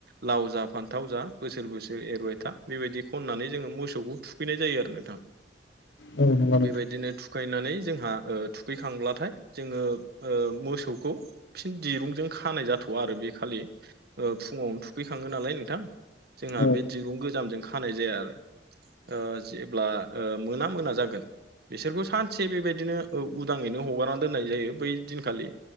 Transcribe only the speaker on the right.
लाव जा फान्थाव जा बोसोर बोसोर एरबाय था बेबायदि खननानै जोङो मोसौखौ थुखैनाय जायो आरो नोंथां
बेबायदिनो थु खैनानै जोंहा थुखैखांब्लाथाय जोङो ओ मोसौखौ फिन दिरुंजों खानाय जाथ'आ आरो बे खालि ओ फुङावनो थुखैखाङो नालाय नोंथां जोंहा
बे दिरुं गोजामजों खानाय जाया आरो ओ जेब्ला ओ मोना मोना जागोन बिसोरखौ सान से बेबायदिनो उदाङैनो हगारना दोननाय जायो बै दिनखालि